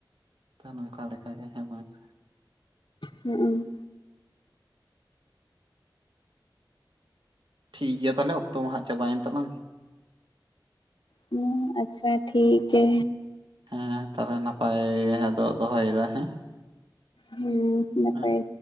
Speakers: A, on the right; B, on the left.
A: ᱱᱟᱝᱠᱟ ᱞᱮᱠᱷᱟᱡ ᱦᱮᱸ ᱵᱟᱝ ᱥᱮ
B: ᱦᱩᱸ
A: ᱴᱷᱤᱠ ᱜᱮᱭᱟ ᱛᱟᱦᱚᱞᱮ, ᱚᱠᱛᱚ ᱢᱟ ᱦᱟᱸᱜ ᱪᱟᱵᱟᱭᱮᱱ ᱛᱟᱞᱟᱝ᱾
B: ᱦᱩᱸ, ᱟᱪᱪᱷᱟ ᱴᱷᱤᱠ ᱠᱮ᱾
A: ᱦᱮᱸ, ᱛᱟᱦᱮ ᱱᱟᱯᱟᱭ ᱜᱮ ᱟᱫ ᱫᱚᱦᱚᱭᱮᱫᱟ ᱦᱮᱸ᱾
B: ᱦᱮᱸ ᱱᱟᱯᱟᱭ
A: ᱦᱮᱸ